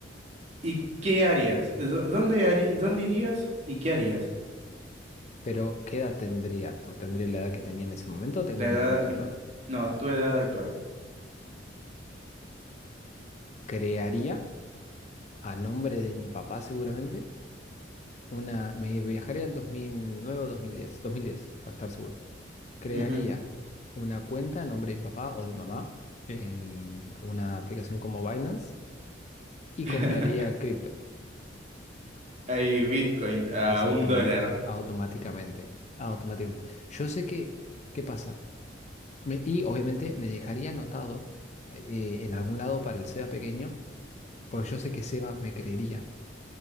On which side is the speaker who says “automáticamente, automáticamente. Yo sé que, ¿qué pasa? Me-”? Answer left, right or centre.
Left